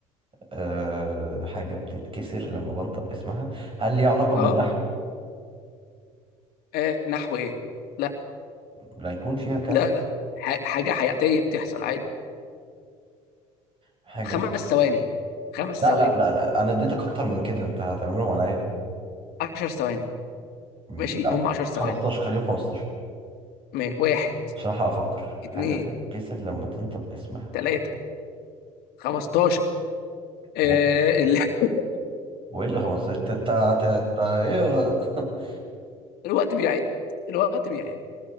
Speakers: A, on the right; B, on the left.
A: آه حاجة بتتكسر لما بنطق اسمها هل ليها علاقة بالنحو
B: اه آه، نحو ايه لا
A: لا يكون فيها كسر
B: لا لا ح- حاجه حياتيه بتحصل عادي
A: حاجة
B: خمس
A: بت...
B: ثواني خمس
A: لا
B: ثواني
A: لا لا لا انا اديتك اكتر من كده انت هتعملهم عليا
B: عشر ثواني
A: مم،
B: ماشي
A: لا
B: هم عشر ثواني
A: 15 خليهم 15
B: ما- واحد
A: عشان ألحق افكر
B: اتنين
A: حاجه بتتكسر لما تنطق اسمها
B: تلاته خمستاشر آه
A: هو
B: ال... <laughs>
A: هو ايه اللي 15 تا تا تا تا ايه هو؟ <laughs>
B: الوقت بيعد الوقت بيعد